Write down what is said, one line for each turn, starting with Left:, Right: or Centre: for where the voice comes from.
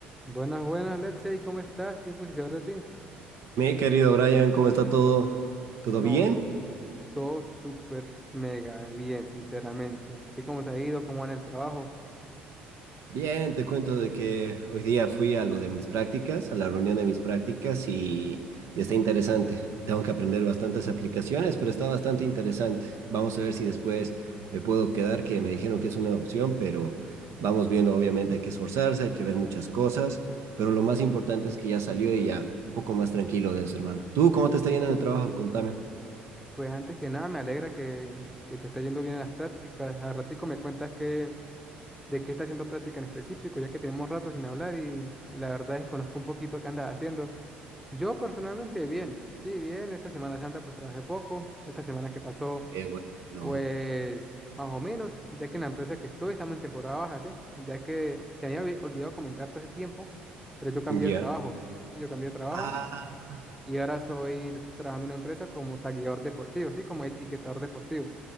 Centre: Buenas, buenas, Letsey, ¿cómo estás? ¿Tiempo sin saber de ti?
Right: Mi querido Brian, ¿cómo está todo? ¿Todo
Centre: No,
Right: bien?
Centre: todo súper mega bien, sinceramente. ¿A ti cómo te ha ido? ¿Cómo va en el trabajo?
Right: Bien, te cuento de que hoy día fui a lo de mis prácticas, a la reunión de mis prácticas y, y está interesante. Tengo que aprender bastantes aplicaciones, pero está bastante interesante. Vamos a ver si después me puedo quedar, que me dijeron que es una opción, pero vamos viendo, obviamente hay que esforzarse, hay que ver muchas cosas, pero lo más importante es que ya salió y ya un poco más tranquilo de eso, hermano. ¿Tú cómo te está yendo en el trabajo? Contame.
Centre: Pues antes que nada, me alegra que, que te está yendo bien en las prácticas. Al ratico me cuentas que, de qué estás haciendo práctica en específico, ya que tenemos rato sin hablar y, y la verdad desconozco un poquito qué andas haciendo. Yo personalmente bien, sí, bien. Esta Semana Santa pues trabajé poco. Esta semana que pasó
Right: Eh, bueno, no.
Centre: Pues más o menos, ya que en la empresa que estoy estamos en temporada baja, ¿sí? Ya que se me había olvidado comentarte hace tiempo, pero yo cambié
Right: Ya.
Centre: de trabajo. Sí, yo cambié de trabajo
Right: Ah,
Centre: y ahora soy trabajando en una empresa como tagueador deportivo, ¿sí? Como etiquetador deportivo.